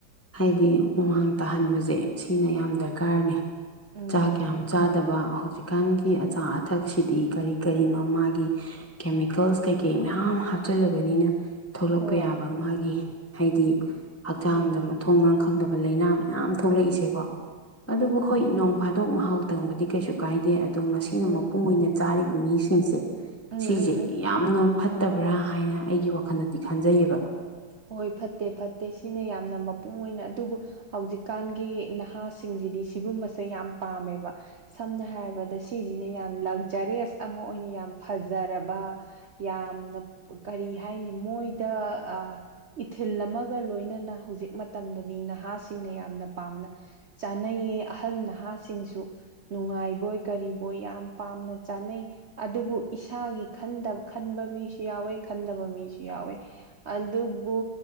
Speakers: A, on the left; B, on the right.
A: ꯍꯥꯏꯗꯤ ꯍꯨꯃꯥꯡ ꯇꯥꯍꯟꯕꯖꯦ ꯁꯤꯅ ꯌꯥꯝ ꯗꯔꯀꯥꯔꯅꯦ
B: ꯎꯝ
A: ꯆꯥꯛ ꯌꯥꯝ ꯆꯥꯗꯕ ꯍꯧꯖꯤꯛꯀꯥꯟꯒꯤ ꯑꯆꯥ- ꯑꯊꯛꯁꯤꯗꯤ ꯀꯔꯤ- ꯀꯔꯤꯅꯣ ꯃꯥꯒꯤ ꯀꯦꯃꯤꯀꯦꯜꯁ ꯀꯩꯀꯩ ꯃꯌꯥꯝ ꯍꯥꯞꯆꯜꯂꯕꯅꯤꯅ ꯊꯣꯛꯂꯛꯄ
B: ꯍꯣꯏ
A: ꯌꯥꯕ ꯃꯥꯒꯤ ꯍꯥꯏꯗꯤ ꯍꯛꯆꯥꯡꯗ
B: ꯎꯝ
A: ꯃꯊꯣꯡ- ꯃꯔꯝ ꯈꯪꯗꯕ ꯂꯥꯏꯅ ꯌꯥꯝ ꯊꯣꯛꯂꯛꯏꯖꯦ ꯀꯣ
B: ꯎꯝ
A: ꯑꯗꯨꯕꯨ
B: ꯎꯝ
A: ꯍꯣꯏ ꯅꯣꯡ ꯐꯥꯗꯣꯛ ꯃꯍꯥꯎ ꯇꯪꯕꯗꯤ ꯀꯩꯁꯨ ꯀꯥꯏꯗꯦ ꯑꯗꯨ ꯃꯁꯤꯅ
B: ꯎꯝ
A: ꯃꯄꯨꯡ ꯑꯣꯏꯅ ꯆꯥꯔꯤꯕ ꯃꯤꯁꯤꯡꯁꯦ
B: ꯎꯝ
A: ꯁꯤꯖꯦ
B: ꯎꯝ ꯎꯝ
A: ꯌꯥꯝꯅ ꯐꯠꯇ ꯐꯠꯇꯕ꯭ꯔꯥ ꯍꯥꯏꯅ ꯑꯩꯒꯤ ꯋꯥꯈꯜꯗꯗꯤ ꯈꯟꯖꯩꯕ
B: ꯍꯣꯏ ꯐꯠꯇꯦ- ꯐꯠꯇꯦ ꯁꯤꯅ ꯌꯥꯝꯅ ꯃꯄꯨꯡ ꯃꯣꯢꯅ ꯑꯗꯨꯕꯨ ꯍꯧꯖꯤꯛꯀꯥꯟꯒꯤ ꯅꯍꯥꯁꯤꯡꯖꯤꯗꯤ ꯁꯤꯒꯨꯝꯕꯁꯦ ꯌꯥꯝ ꯄꯥꯝꯃꯦꯕ ꯁꯝꯅ ꯍꯥꯏꯔꯕꯗ ꯁꯤꯖꯤꯅ ꯌꯥꯝ ꯂꯛꯖꯔꯤꯌꯁ ꯑꯃꯥꯥ ꯑꯣꯏꯅ ꯌꯥꯝ ꯐꯖꯔꯕꯥ ꯌꯥꯝ ꯀꯔꯤ ꯍꯥꯏꯅꯤ ꯃꯣꯏ ꯗꯥ ꯑꯥꯏꯊꯤꯜ ꯑꯃꯒ ꯂꯣꯏꯅꯅ ꯍꯧꯖꯤꯛ ꯃꯇꯝꯗꯅꯤ ꯅꯍꯥꯁꯤꯡꯅ ꯌꯥꯝꯅ ꯄꯥꯝꯅ ꯆꯥꯅꯩꯌꯦ ꯑꯍꯜ ꯅꯍꯥꯁꯤꯡꯖꯨ ꯅꯨꯡꯉꯥꯏꯕꯣꯏ- ꯀꯔꯤꯕꯣꯏ ꯌꯥꯝ ꯄꯥꯝꯅ ꯆꯥꯅꯩ ꯑꯗꯨꯕꯨ ꯏꯁꯥꯒꯤ ꯈꯟꯗ ꯈꯟꯕ ꯃꯤꯖꯨ ꯌꯥꯎꯋꯦ ꯈꯟꯗꯕ ꯃꯤꯖꯨ ꯌꯥꯎꯋꯏ ꯌꯥꯎꯋꯦ ꯑꯥꯗꯨꯕꯨ